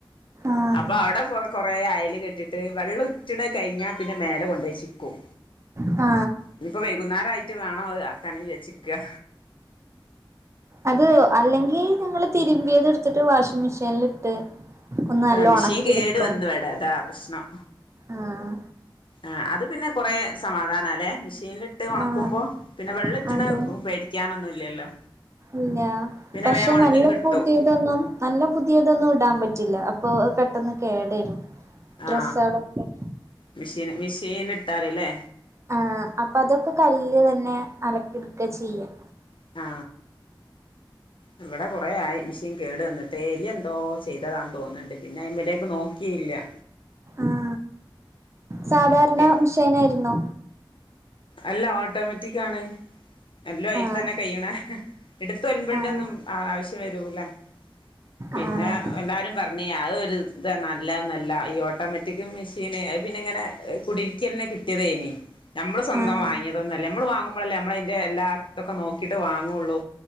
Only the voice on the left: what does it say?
അപ്പൊ അവിടെ കൊറെ അയല് കെട്ടി വെള്ളം ഉറ്റണ കഴിഞ്ഞാൽ പിന്നെ മേലെ കൊണ്ടെ ച്ചിക്കും
ഇനിയിപ്പോ വൈകുന്നേരായിട്ട് വേണോ അത് ആക്കാനെക്ക് വെച്ചിക്കുക
ആ മിഷീൻ
കേടു
വന്നുവടാ അതാ പ്രശ്നം
ആ അത് പിന്നെ കൊറെ സമാധാനം അല്ലെ മെഷീനിൽ ഇട്ട് ഒണക്കുമ്പോ
പിന്നെ വെള്ളിറ്റണ്
പേടിക്കാനൊന്നും ഇല്ലല്ലോ
പിന്നെ
വേം ഒണങ്ങിയും
കിട്ടും
ആ മെഷീന് മെഷീൻ ഇട്ടാലല്ലേ
ആ ഇവിടെ കുറെ ആ മെഷീൻ കേടു വന്നിട്ട് എലി എന്തോ ചെയ്തതാന്ന് തോന്നുന്നുണ്ട് പിന്നെ അയ്മലേക്ക് നോക്കിയില്ലാ
പിന്നെ
അല്ല ഓട്ടോമാറ്റിക് ആണ് എല്ലോ അയിൽ
തന്നെ കഴ്ണേ എടുത്ത ഒലമ്പണ്ട
ഒന്നും ആവശ്യം വരൂല്ലാ പിന്നെ
എല്ലാവരും പറഞ്ഞ് അതൊരു ഇതാ നല്ലൊന്നല്ലാ ഈ ഓട്ടോമാറ്റിക് മെഷീന് പിന്നെ ഇങ്ങനെ കുടിരിക്കലിന്നെ കിട്ടിയതേനി നമ്മള് സ്വന്തം
വാങ്ങിയതൊന്നുല്ലേ നമ്മള് വാങ്ങുമ്പോ ല്ലേ നമ്മളതിന്റെ എല്ലാത്തൊക്കെ നോക്കീട്ട് വാങ്ങോള്ളു